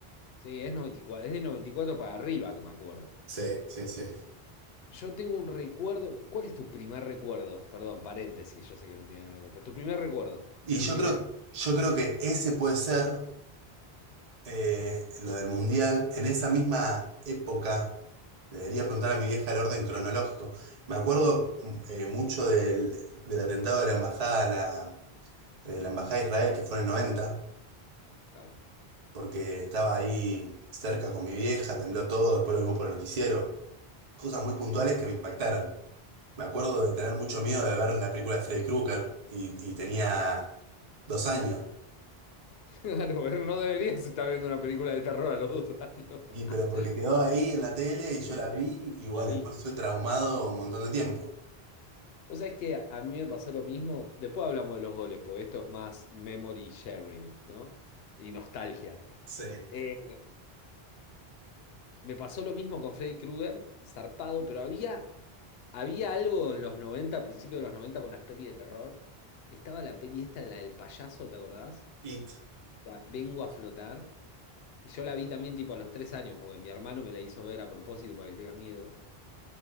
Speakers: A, on the left; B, on the right.
A: Sí, es 94, es de 94 para arriba que me acuerdo.
B: Sí, sí, sí.
A: Yo tengo un recuerdo. ¿Cuál es tu primer recuerdo? Perdón, paréntesis, yo sé que no tiene nada que ver, pero tu primer recuerdo,
B: Y
A: el
B: yo
A: primero,
B: creo, yo creo que ese puede ser. eh, lo del mundial, en esa misma época, debería preguntar a mi vieja el orden cronológico. Me acuerdo mm, eh, mucho del, del atentado de la embajada, a la, de la embajada de Israel, que fue en el noventa
A: claro. <laughs>
B: porque estaba ahí cerca con mi vieja, tembló todo, después lo vimos por el noticiero. Cosas muy puntuales que me impactaron. Me acuerdo de tener mucho miedo de ver la película de Freddy Krueger y, y tenía dos años.
A: Claro, pero no deberías estar viendo una película de terror a los dos años. <laughs>
B: Y pero porque quedó ahí en la tele y yo
A: Pero
B: la
A: ahí
B: vi y bueno,
A: la viste.
B: después estuve traumado un montón de tiempo.
A: Vos sabés que a mí me pasó lo mismo. Después hablamos de los goles, porque esto es más memory sharing, ¿no? Y nostalgia.
B: Sí,
A: Eh, Me pasó lo mismo con Freddy Krueger, zarpado, pero había, había algo en los 90, a principios de los 90, con las pelis de terror. Estaba la peli esta, la del payaso, ¿te acordás?
B: It.
A: La Vengo a flotar. Y yo la vi también tipo a los tres años, porque mi hermano me la hizo ver a propósito para que tenga miedo.